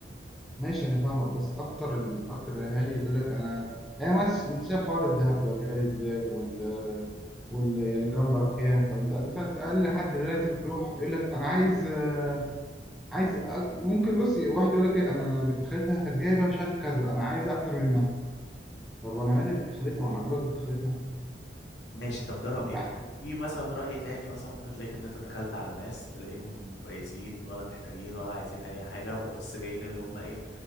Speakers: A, in the centre; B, on the left.
A: ماشي انا فاهمك بس اكتر ال... اكتر الاهالي يقول لك انا يعني بس انت شايف حوار الذهب دلوقتي غالي ازاي وال وال يعني جرام بقى بكام فانت انت اقل حد لازم تروح يقول لك انا عايز آه، عايز ممكن بص واحد يقول لك ايه انا بنت خالتها كانت جايبه مش عارف كذا انا عايز اكتر منها طب وانا مالي بنت خالتها وانا هتجوز بنت خالتها
B: ماشي طب ده رأيي
A: وانت عارف.
B: في مثلا رأي تاني مثلا ممكن تلاقيك إن أنت دخلت على ناس تلاقيهم كويسين ولا محتاجين ولا عايزين أي حاجة هما بس جايين اللي هما إيه